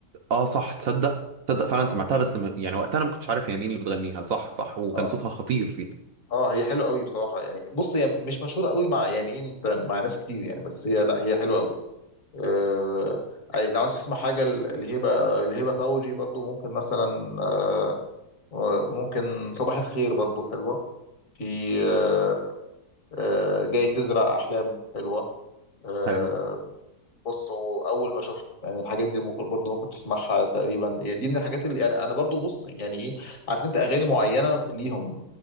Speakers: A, on the right; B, on the left.
A: آه، صح تصدق تصدق فعلا
B: آه.
A: سمعتها بس م... يعني وقتها انا ما كنتش عارف هي مين اللي بتغنيها صح صح وكان
B: اه
A: صوتها خطير فيها
B: اه هي حلوه قوي بصراحه يعني بص هي مش مشهوره قوي مع يعني ايه انت مع ناس كتير يعني بس هي لا هي حلوه قوي آه يعني لو عاوز تسمع حاجه لهبه لهبه طوجي برضو ممكن مثلا آه ممكن صباح الخير برضو حلوه في آه آه جاي تزرع احلام حلوه آه،
A: حلو
B: بص هو اول ما شفته يعني الحاجات دي ممكن برضه ممكن تسمعها تقريبا يعني دي من الحاجات اللي يعني انا برضه بص يعني ايه عارف انت اغاني معينه ليهم